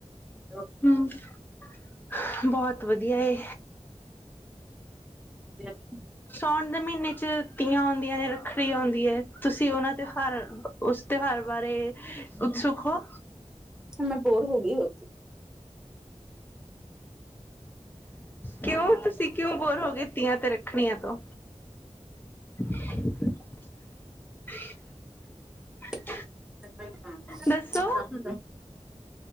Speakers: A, in the centre; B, on the left.
A: <unintelligible>
B: ਹੂ ਬਹੁਤ ਵਧੀਆ ਏ
A: ਤੇ <inaudible>
B: ਸਾਉਣ ਦੇ ਮਹੀਨੇ ਚ ਧੀਆਂ ਔਦੀਆਂ ਨੇ, ਰੱਖੜੀ ਆੁੰਂਦੀ ਥੀਏ ਤੁਸੀਂ ਉਹਨਾਂ ਤੇ ਹਰ- ਉਸ ਤਿਉਹਾਰ ਬਾਰੇ ਉਤਸੁਕ ਹੋ
A: ਹ ਮੈਂ ਬੋਰ ਹੋ ਗਈ ਹੋ
B: ਕਿਉਂ ਤੁਸੀਂ ਕਿਉਂ ਬੋਰ ਹੋ ਗਏ ਧੀਆਂ ਤੇਰੇ ੱਖਣੀਆਂ ਤੋਂ <unintelligible>
A: ਤਥ ਸਗਨ
B: ਦੱਸੋ
A: ਮਨਾਮ